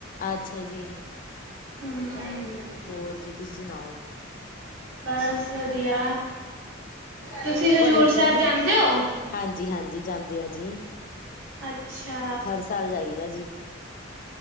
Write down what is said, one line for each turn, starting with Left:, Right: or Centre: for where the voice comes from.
Left: ਅੱਛਾ ਜੀ।
Right: ਹੂੰ।
Left: ਹੋਰ ਜੀ ਤੁਸੀਂ ਸੁਣਾਓ।
Right: ਬਸ ਵਧੀਆ। ਤੁਸੀਂ ਹਜ਼ੂਰ
Left: ਘਰੇ ਠੀਕ
Right: ਸਾਹਿਬ ਜਾਂਦੇ ਹੋ।
Left: ਹਾਂਜੀ ਹਾਂਜੀ ਜਾਂਦੇ ਆ ਜੀ
Right: ਅੱਛਾ।
Left: ਹਰ ਸਾਲ ਜਾਈਦੈ ਜੀ।